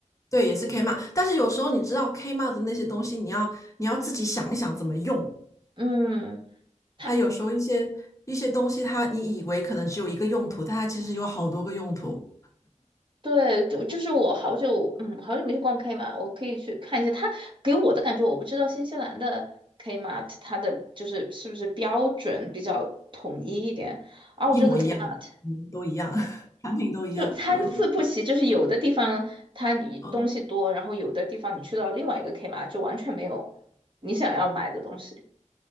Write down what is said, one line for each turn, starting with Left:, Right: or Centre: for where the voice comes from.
Left: 对，也是 Kmart，但是有时候你知道 Kmart 的那些东西，你要你要自己想一想怎么用。
Right: 嗯，他
Left: 它有时候一些一些东西它，你以为可能只有一个用途，但它其实有好多个用途，
Right: 对，就就是我好久，嗯，好久没去逛 Kmart，我可以去看一下。他给我的感觉，我不知道新西兰的 Kmart 它的就是是不是标准比较统一一点，澳洲的
Left: 一模一样，
Right: Kmart。
Left: 嗯都一样，<laughs> 产品都一样。
Right: 就参差不齐，
Left: 嗯
Right: 就是有的地方它你东西多，
Left: 嗯
Right: 然后有的地方你去到另外一个 k m 就完全没有你想要买的东西，